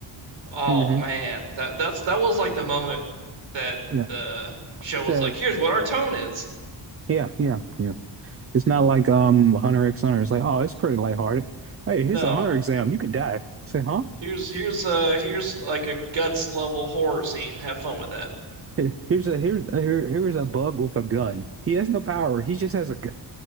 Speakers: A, on the right; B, on the right.
A: Oh
B: hmm
A: man, that that's that was like the moment that
B: Yeah.
A: the show was
B: So
A: like, "Here's what our tone is."
B: yeah, yeah, yeah. It's not like um Hunter X Hunter. It's like, oh, it's pretty lighthearted. Hey,
A: No.
B: here's a Hunter exam. You can die. Say, huh?
A: Here's here's uh here's like a guts level horror scene. Have fun with that.
B: Here- Here's a here here here's a bug with a gun. He has no power. He just has a gun.